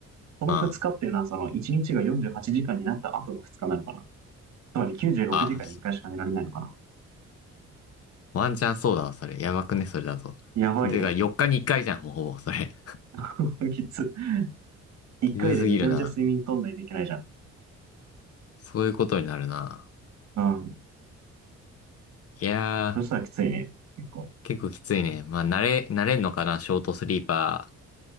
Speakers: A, on the right; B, on the left.
A: この2日っていうのは、
B: あ
A: その1日が48時間になった後の2日なのかなつまり96時間に1回しか寝られないのかな
B: あ、そワンチャンそうだわ、それ。やばくね、それだと。
A: やばいね。
B: てか、4日に1回じゃん、もうほぼ、それ。
A: <laughs> きつ。
B: <laughs>
A: 1回でめちゃめちゃ睡眠取んないといけないじゃん。
B: きつすぎるな。そういうことになるな。
A: うん。
B: いやー、
A: そしたらきついね。結構。
B: 結構きついね。まあ、慣れ、慣れんのかな、ショートスリーパー。